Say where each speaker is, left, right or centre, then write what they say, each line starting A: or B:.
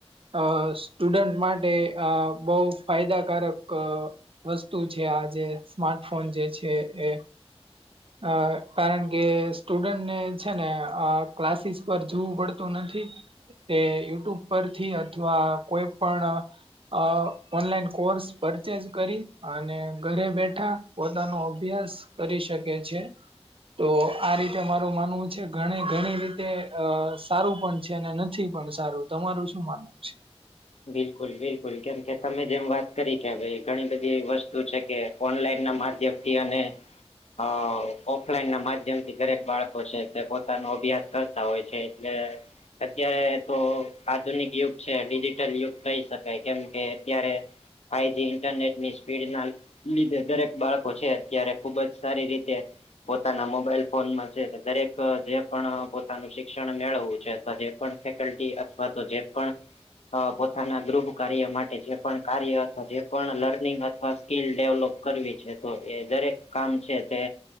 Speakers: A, on the right (about 55°); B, on the left (about 85°).
A: અ સ્ટુડન્ટ માટે આ બહુ ફાયદાકારક વસ્તુ છે આ જે સ્માર્ટફોન જે છે એ અ કારણ કે સ્ટુડન્ટને છે ને અ ક્લાસીસ પર જવું પડતું નથી. તે યુટ્યુબ પરથી અથવા કોઈ પણ અ ઓનલાઈન કોર્સ પરચેજ કરી અને ઘરે બેઠા પોતાનો અભ્યાસ કરી શકે છે. તો આ રીતે મારું માનવું છે ઘણી ઘણી રીતે અ સારું પણ છે ને નથી પણ સારું. તમારું શું માનવું છે?
B: બિલકુલ બિલકુલ. કેમ કે તમે જેમ વાત કરી કે ભાઈ ઘણી બધી એવી વસ્તુ છે, કે ઓનલાઈનના માધ્યમથી અને હા ઓફલાઈનના માધ્યમથી દરેક બાળકો છે, તે પોતાનો અભ્યાસ કરતા હોય છે, એટલે અત્યારે તો આધુનિક યુગ છે. ડીજી ટલ યુગ કહી શકાય. કેમ કે અત્યારે ફાઈજી ઇન્ટરનેટની સ્પીડના લીધે દરેક બાળકો છે, અત્યારે ખુબ જ સારી રીતે પોતાના મોબાઈલ ફોનમાં છે, તે દરેક જે પણ પોતાનું શિક્ષણ મેળવવું છે. પણ ફેકલ્ટી અથવા તો જે પણ અ પોતાના ગૃહ કાર્ય માટે જે પણ કાર્ય અથવા જે પણ લર્નિંગ અથવા સ્કિલ ડેવલોપ કરવી છે, તો એ દરેક કામ છે, તે